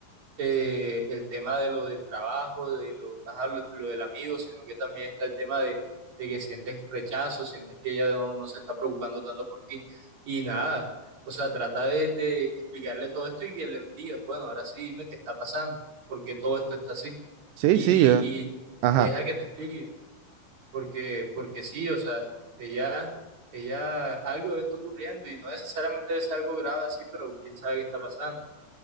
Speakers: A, on the right; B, on the right.
A: eh, el tema de lo del trabajo, de lo, ajá, lo, lo del amigo, sino que también está el tema de, de que sientes rechazo, sientes que ella no, no se está preocupando tanto por ti y nada. O sea, trata de, de explicarle todo esto y que le diga, bueno, ahora sí dime qué está pasando, porque todo esto está así.
B: Sí,
A: Y,
B: sí, yo,
A: y
B: ajá.
A: deja que te explique, porque, porque sí, o sea, ella, ella, algo debe estar ocurriendo y no necesariamente debe ser algo grave así, pero quién sabe qué está pasando.